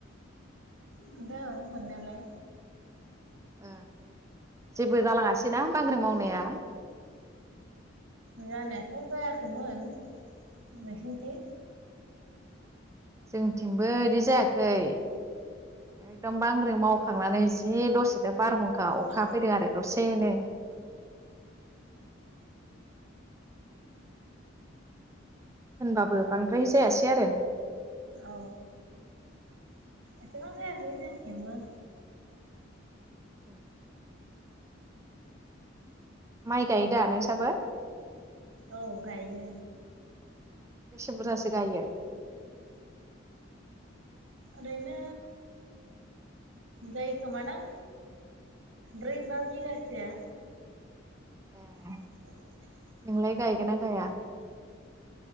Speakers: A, on the right; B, on the right.
A: मोनदों मोननायालाय
B: ओ जेबो जालाङासैना बांग्रि मावनाया
A: जानायाथ' जायाखैमोन नोंसोरनिथिं
B: जोंथिंबो बिदि जायाखै एकदमब बांग्रि मावखांनानै जि दसेनो बारहुं खा अखा
A: अ
B: फैदों आरो दसेनो होनबाबो बांद्राय जायासै आरो
A: औ एसेबां जायाखै जोंनि थिंबो
B: औ माइ गायो दा नोंसाबो
A: औ गायो
B: बेसे बुरजासो गायो
A: ओरैनो जायोखोमादां ब्रै बा बिगासोआ
B: ए
A: <inaudible>
B: नोंलाय गायगोन ना गाया